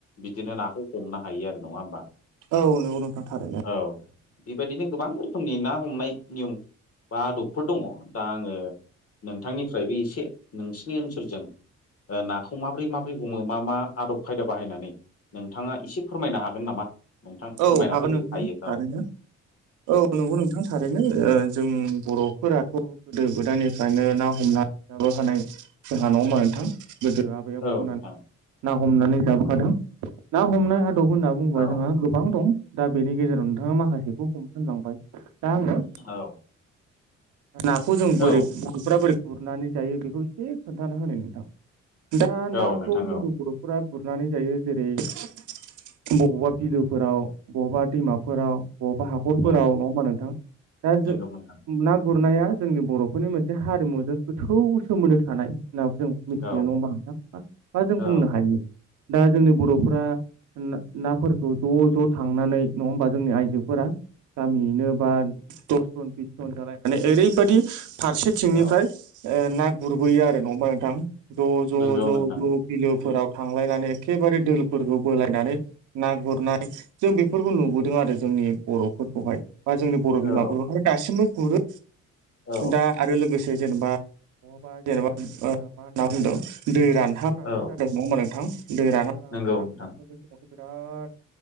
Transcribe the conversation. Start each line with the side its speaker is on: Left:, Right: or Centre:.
Left: बिदिनो नाखौ हमनो हायो आरो नङा होमबा
Right: औ नोंगौ नोंथां थारैनो
Left: औ बेबायदिनो गोबां रोखोमनि ना हमनाय नियम बा डक्टर दङ दा आङो नोंथांनिफ्रायबो एसे नोंसिनि ओनसोलजों ओ नाखौ माबोरै माबोरै हमो मा मा आदब खायदा बाहायनानै नोंथाङा एसे फोरमायनो हागोन नामा नोंथां फोरमायना
Right: औ हागोन
Left: होदो
Right: नोंथां
Left: हायोब्ला
Right: हागोनना
Left: औ
Right: औ नंगौ नोंथां थारैनो ओ जों बर'फोराथ' गोदो गोदायनिफ्रायनो ना हमनानै जाबोखानाय जोंहा नङा होमबा नोंथां गोदो आब बौ
Left: औ
Right: मोना
Left: नोंथां
Right: ना हमनानै जाबोखादों ना हमनाय आदब होनना बुङोबा
Left: औ
Right: जोंहा गोबां दं दा बेनि गेजेराव नोंथाङा माखासेखौ बहुथ होनलांबाय दा आङो
Left: औ
Right: नाखौ जों
Left: औ
Right: बोरै बर'फ्रा बोरै गुरनानै जायो बेखौ एसे खोन्थाना होनो नोंथां दा नाखौ
Left: औ नोंथां
Right: जोंनि
Left: औ
Right: बर' फोरा गुरनानै जायो जेरै बबावबा बिलो फोराव बबावबा दैमाफोराव बबबा हाखरफोराव
Left: औ
Right: नङा होमबा नोंथां दा जों
Left: नंगौ नोंथां
Right: ना गुरनाया जोंनि बर' बेफोरनि मोनसे हारिमुजों गोथौ सोमोन्दो थानाय होननाबो जों मिथियो
Left: औ
Right: नङा होनबा नोंथां दा जों
Left: औ
Right: बुंनो हायो दा जोंनि बर'फोरा नाफोरखौ ज' ज' थांनानै नङा होमबा जोंनि आइजोफोरा गामियैनो बा दसजन बिस जन जालायनानै माने ओरैबदि फारसेथिंनिफ्राय
Left: औ
Right: ना गुरबोयो आरो नङा होमबा नोंथां ज' ज'
Left: नंगौ
Right: ज'
Left: नोंथां
Right: ज' बिलोफोराव थांलायनानै एखेबारे दफोरखौ बोलायनानै ना गुरनानै जों बेफोरखौ नुबोदों आरो जोंनि बर'फोरखौहाय बा जोंनि बर' बिमाफोरखौ
Left: औ
Right: दासिमबो गुरो
Left: औ
Right: दा आरो लोगोसे जेनेबा बहाबा जेनेबा मा होनना बुंदों दै रानहाब रानां
Left: औ
Right: जादों नङा होमबा नोंथां दै राना रानां
Left: नंगौ
Right: नाफोरााना
Left: नोंथां
Right: ब समावथ' बिराद